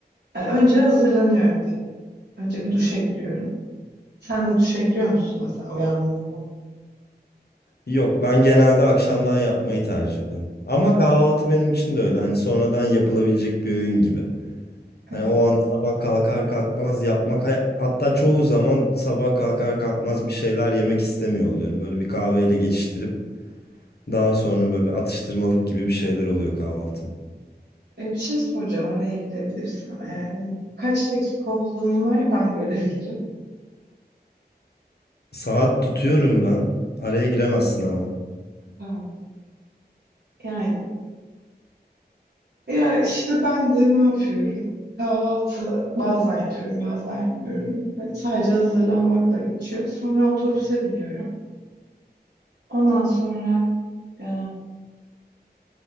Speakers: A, on the right; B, on the left.
A: e, önce hazırlanıyorum tabii. Önce bir duşa giriyorum. Sen de duşa giriyor musun mesela uyandığın zaman?
B: Yok ben genelde akşamdan yapmayı tercih ediyorum. Ama kahvaltı benim için de öyle. Hani sonradan yapılabilecek bir öğün gibi. Hani
A: Evet.
B: o an sabah kalkar kalkmaz yapmak hay- hatta çoğu zaman sabah kalkar kalkmaz bir şeyler yemek istemiyor oluyorum. Böyle bir kahveyle geçiştirip Daha sonra böyle bir atıştırmalık gibi bir şeyler oluyor kahvaltım.
A: E, bir şey soracağım araya girebilirsem eğer. Hani kaç dakika olduğunu nereden görebilirim?
B: Saat tutuyorum ben. Araya giremezsin ama.
A: Tamam. Yani Ya işte ben de ne yapıyorum? Kahvaltı bazen yapıyorum, bazen yapmıyorum. Ve Sadece hazırlanmakla geçiyor. Sonra otobüse biniyorum. Ondan sonra e,